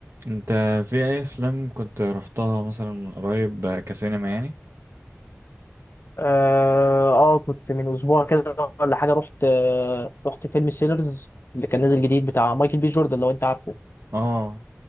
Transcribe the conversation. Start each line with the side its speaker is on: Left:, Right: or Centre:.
Right: انت في اي افلام كنت رحتها مثلا من قريب آه، كسينما يعني
Left: اه آه، كنت من اسبوع كده ولا حاجه رحت آه رحت فيلم سينرز اللي كان نازل جديد بتاع مايكل بي جوردن لو انت عارفه
Right: اه